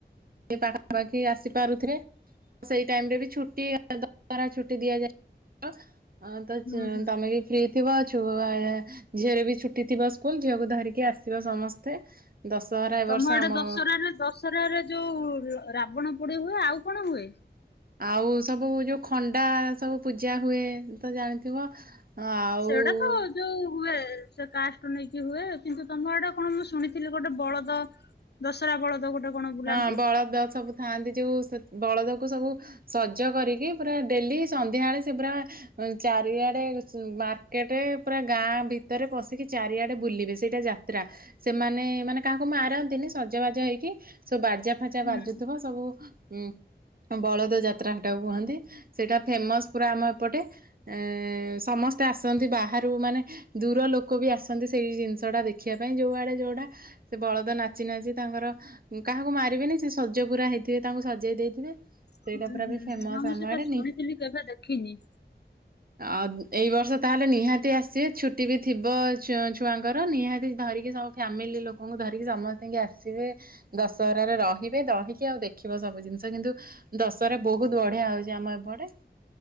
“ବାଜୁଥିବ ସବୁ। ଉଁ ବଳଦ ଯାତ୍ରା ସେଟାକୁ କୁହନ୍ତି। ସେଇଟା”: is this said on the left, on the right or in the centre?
Right